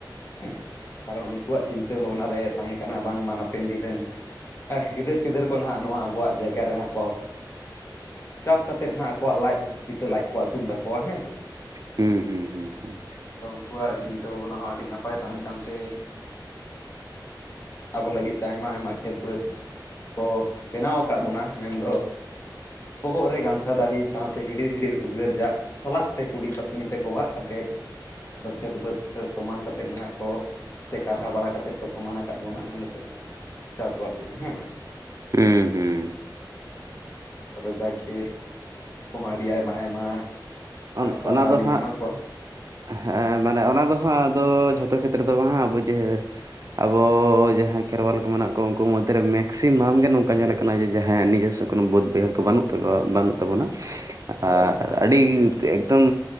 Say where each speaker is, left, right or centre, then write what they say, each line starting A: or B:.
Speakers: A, on the left; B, on the right.
A: ᱦᱩᱸ ᱠᱟᱨᱚᱱ ᱩᱱᱠᱩᱣᱟᱜ ᱪᱤᱱᱛᱟᱹ ᱵᱷᱟᱵᱽᱱᱟ ᱨᱮ ᱛᱟᱸᱦᱮ ᱠᱟᱱᱟ ᱵᱟᱝᱢᱟ ᱦᱟᱯᱮᱱ ᱫᱤᱱ ᱨᱮᱱ᱾ ᱜᱤᱫᱟᱹᱨ ᱯᱤᱫᱟᱹᱨ ᱠᱚ ᱱᱷᱟᱜ ᱱᱚᱣᱟ ᱟᱵᱚᱣᱟᱜ ᱡᱟᱭᱜᱟ ᱨᱮᱱᱟᱜ ᱠᱚ᱾ ᱪᱟᱥ ᱠᱟᱛᱮᱫ ᱦᱟᱸᱜ ᱟᱠᱚᱣᱟᱜ ᱞᱟᱡ ᱢᱤᱫ ᱵᱤᱛᱟᱹ ᱞᱟᱡ ᱠᱚ ᱟᱥᱩᱞ ᱛᱟᱠᱚᱣᱟ ᱦᱮᱸ ᱥᱮ᱾
B: ᱦᱩᱸ ᱦᱩᱸ ᱦᱩᱸ
A: ᱦᱮᱸ
B: ᱦᱩᱸ᱾
A: ᱟᱫᱚ ᱩᱱᱠᱩᱣᱟᱜ ᱪᱤᱱᱛᱟᱹ ᱵᱷᱟᱵᱽᱱᱟ ᱦᱚᱸ ᱟᱰᱤ ᱱᱟᱯᱟᱭ ᱛᱟᱸᱦᱮ ᱠᱟᱱᱛᱮ᱾ ᱟᱵᱚ ᱞᱟᱜᱤᱫ ᱛᱮ ᱟᱭᱢᱟ ᱟᱭᱢᱟ ᱠᱷᱮᱛ ᱵᱟᱹᱫᱽ ᱠᱚ ᱵᱮᱱᱟᱣ ᱟᱠᱟᱜ ᱵᱚᱱᱟ ᱢᱮᱱᱫᱚ᱾ ᱵᱚᱦᱚᱜ ᱨᱮ ᱜᱟᱢᱪᱷᱟ ᱫᱟᱲᱦᱤ ᱥᱟᱶᱛᱮ ᱦᱤᱰᱤᱨ ᱦᱤᱰᱤᱨ ᱩᱫᱽᱜᱟᱹᱨ ᱫᱟᱜ᱾ ᱠᱷᱚᱞᱟᱜ ᱛᱮ ᱠᱩᱰᱤ ᱯᱟᱥᱱᱤ ᱛᱮ ᱠᱚᱵᱟᱜ ᱠᱟᱛᱮᱫ᱾ ᱢᱮᱱᱫᱚ ᱠᱷᱮᱛ ᱵᱟᱹᱫᱽ ᱛᱮ ᱥᱚᱢᱟᱱ ᱠᱟᱛᱮᱫ ᱱᱟᱦᱟᱜ ᱠᱚ ᱥᱮ ᱠᱟᱨᱦᱟ ᱵᱟᱲᱟ ᱠᱟᱛᱮᱫ᱾ ᱠᱚ ᱥᱚᱢᱟᱱ ᱟᱠᱟᱫ ᱵᱚᱱᱟ ᱟᱨ ᱱᱤᱛᱚᱜ ᱚᱱᱟ ᱨᱮᱦᱟᱸᱜ ᱟᱵᱚ ᱵᱚᱱ ᱪᱟᱥᱵᱟᱥᱮᱜ-ᱟ ᱦᱮᱸ᱾
B: ᱦᱩᱸ ᱦᱩᱸ᱾
A: ᱛᱚᱵᱮ ᱡᱟᱠ ᱜᱮ ᱩᱱᱠᱩ ᱠᱚᱢᱟ ᱟᱹᱰᱤ ᱟᱭᱢᱟ ᱟᱭᱢᱟ
B: ᱚᱱ
A: ᱥᱟᱨᱦᱟᱣ
B: ᱚᱱᱟ ᱫᱚ
A: ᱞᱤᱧ
B: ᱦᱟᱸᱜ
A: ᱮᱢᱟ ᱠᱚᱣᱟ
B: ᱦᱮᱸ ᱢᱟᱱᱮ ᱚᱱᱟ ᱫᱚ ᱦᱟᱸᱜ ᱟᱫᱚ ᱡᱷᱚᱛᱚ ᱠᱷᱮᱛᱨᱮ ᱫᱚ ᱵᱟᱝ ᱟᱵᱚ ᱡᱮ ᱟᱵᱚ ᱡᱟᱦᱟᱸᱭ ᱠᱷᱮᱨᱣᱟᱞ ᱠᱚ ᱢᱮᱱᱟᱜ ᱠᱚ ᱩᱱᱠᱩ ᱢᱚᱫᱽᱫᱷᱮᱨᱮ ᱢᱮᱠᱥᱤᱢᱟᱢ ᱜᱮ ᱱᱚᱝᱠᱟ ᱧᱮᱞᱮ ᱠᱟᱱᱟ ᱡᱮ ᱡᱟᱦᱟᱸᱭᱟᱜ ᱱᱤᱡᱚᱥᱥᱚ ᱠᱳᱱᱳ ᱵᱟᱹᱫᱽ ᱵᱟᱹᱭᱦᱟᱹᱲ ᱠᱚ ᱵᱟᱹᱱᱩᱜ ᱛᱟᱠᱚᱣᱟ ᱵᱟᱹᱱᱩᱜ ᱛᱟᱵᱚᱱᱟ, ᱟᱨ
A: ᱦᱳᱭ
B: ᱟᱹᱰᱤ ᱮᱠᱫᱚᱢ